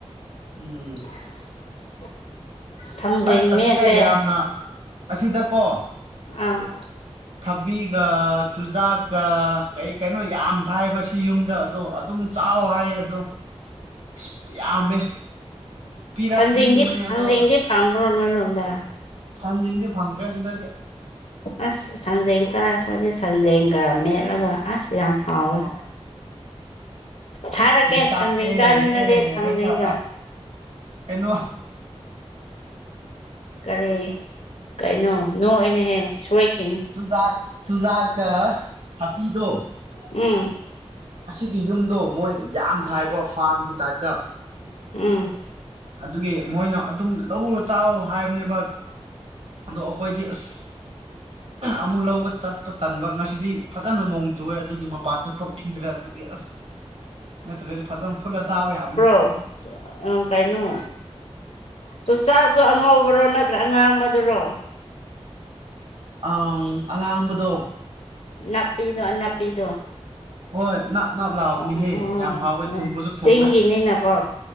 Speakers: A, on the right (about 70°); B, on the left (about 75°).
A: ꯎꯝ
B: <inaudible> ꯊꯥꯡꯖꯤꯡ
A: ꯑꯁ ꯑꯁꯤꯗ
B: ꯃꯦꯠꯂꯦ
A: ꯌꯥꯝꯅ ꯑꯁꯤꯗꯀꯣ
B: ꯑꯡ
A: ꯊꯕꯤꯒ ꯆꯨꯖꯥꯛꯀ ꯀꯩ ꯀꯩꯅꯣ ꯌꯥꯝ ꯊꯥꯏꯕ ꯁꯤ ꯌꯨꯝꯗ ꯑꯗꯣ ꯑꯗꯨꯝ ꯆꯥꯎ ꯍꯥꯏ ꯑꯗꯣ ꯑꯁ ꯌꯥꯝꯃꯦ ꯄꯤꯔꯛꯅꯤꯡꯕꯅꯦ
B: ꯊꯥꯡꯖꯤꯡꯗꯤ ꯊꯥꯡꯖꯤꯡꯗꯤ
A: ꯑꯗꯣ ꯑꯁ
B: ꯐꯪꯕ꯭ꯔꯣ ꯅꯣꯏ ꯔꯣꯝꯗ
A: ꯊꯥꯡꯖꯤꯡꯗꯤ ꯐꯪꯗ꯭ꯔꯦ ꯁꯤꯗꯗꯤ
B: ꯑꯁ ꯊꯥꯡꯖꯤꯡ ꯆꯥꯔꯄꯗꯤ ꯊꯥꯡꯖꯤꯡꯒ ꯃꯦꯠꯂꯒ ꯑꯁ ꯌꯥꯝ ꯍꯥꯎꯋꯦ
A: ꯋꯥꯎ
B: ꯊꯥꯔꯛꯀꯦ
A: ꯒꯤꯇꯥ
B: ꯊꯥꯡꯖꯤꯡ
A: ꯑꯦ <unintelligible>
B: ꯆꯥꯅꯤꯡꯉꯗꯤ ꯊꯥꯡꯖꯤꯡꯒ
A: <unintelligible> ꯔ ꯀꯩꯅꯣ
B: ꯀꯔꯤ ꯀꯩꯅꯣ ꯅꯣꯛꯑꯦꯅꯍꯦ ꯁꯣꯏꯈꯤꯅꯤ
A: ꯆꯨꯖꯥꯛ ꯆꯨꯖꯥꯛꯀ ꯊꯕꯤꯗꯣ
B: ꯎꯝ
A: ꯑꯁꯤꯒꯤ ꯌꯨꯝꯗꯣ ꯃꯣꯏ ꯌꯥꯝ ꯊꯥꯌꯦꯕ ꯐꯥ꯭ꯔꯝꯒꯤ ꯇꯥꯏꯞꯇ
B: ꯎꯝ
A: ꯑꯗꯨꯒꯤ ꯃꯣꯏꯅ ꯑꯗꯨꯝ ꯂꯧꯔ ꯆꯥꯑꯣ ꯍꯥꯏꯕꯅꯦꯕ ꯑꯗꯣ ꯑꯩꯈꯣꯏꯗꯤ ꯑꯁ ꯑꯃꯨꯛ ꯂꯧꯕ ꯆꯠꯄ ꯇꯟꯕ ꯉꯁꯤꯗꯤ ꯐꯖꯅ ꯅꯣꯡ ꯆꯨꯑꯦ ꯑꯗꯨꯒꯤ ꯃꯄꯥꯟꯁꯨ ꯊꯣꯛꯅꯤꯡꯗ꯭ꯔꯦ ꯑꯁ ꯅꯠꯇ꯭ꯔꯗꯤ ꯐꯖꯅ ꯐꯨꯜꯂ ꯆꯥꯕ ꯌꯥꯕꯅꯦ
B: ꯑꯣ ꯑ ꯀꯩꯅꯣ ꯆꯨꯆꯥꯛꯇꯣ ꯑꯉꯧꯕꯔꯣ ꯅꯠꯇ꯭ꯔꯒ ꯉꯥꯡꯕꯗꯨꯔꯣ
A: ꯑꯪ ꯑꯉꯥꯡꯕꯗꯣ
B: ꯅꯥꯄꯤꯗꯣ ꯅꯥꯞꯄꯤꯗꯣ
A: ꯍꯣꯏ ꯅꯞ ꯅꯞ ꯂꯥꯛꯕꯅꯤꯍꯦ
B: ꯎꯝ
A: ꯌꯥꯝ ꯍꯥꯎꯋꯦ
B: ꯎꯝ
A: ꯊꯨꯝꯕꯁꯨ ꯊꯨꯝꯃꯦ
B: ꯆꯤꯡꯒꯤꯅꯤꯅꯀꯣ